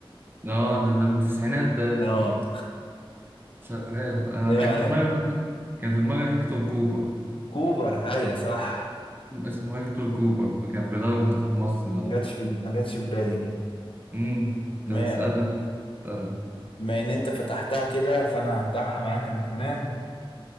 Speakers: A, on the right; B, on the left.
A: آه ده ده من التسعينات ده
B: اه
A: شغال انا
B: <laughs> ايه رايك
A: كان في دماغي مثلا- كان في دماغي هيكتور كوبر
B: كوبر ايوه صح
A: اسمه هيكتور كوبر كان بيدرب منتخب مصر
B: ما جاتش في ما جاتش في بالي دي
A: امم
B: تمام
A: طب اسألني بقى اسألني
B: بما ان انت فتحتها كده فانا هفتحها معاك انا كمان